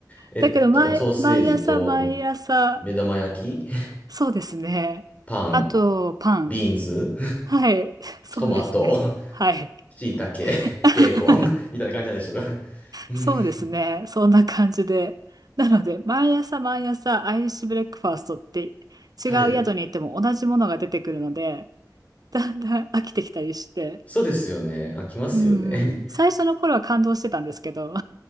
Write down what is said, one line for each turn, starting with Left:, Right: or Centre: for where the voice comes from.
Left: えっと、
Right: だけど毎、
Left: ソーセージと、
Right: 毎朝毎朝、
Left: うん目玉焼き、
Right: そうですね。
Left: <laughs> パン、
Right: あと、パン。
Left: ビーンズ、
Right: はい。そうですね。
Left: トマト。
Right: はい。
Left: 椎茸、
Right: <laughs>
Left: <laughs> ベーコンみたいな感じなんでしょうか。うん。
Right: そうですね。そんな感じで。なので、毎朝毎朝アイリッシュブレックファーストって
Left: はい。
Right: 違う宿に行っても同じものが出てくるので、だんだん飽きてきたりして。
Left: そうですよね。あ、来ますよね。
Right: うんうん。最初の頃は感動してたんですけど、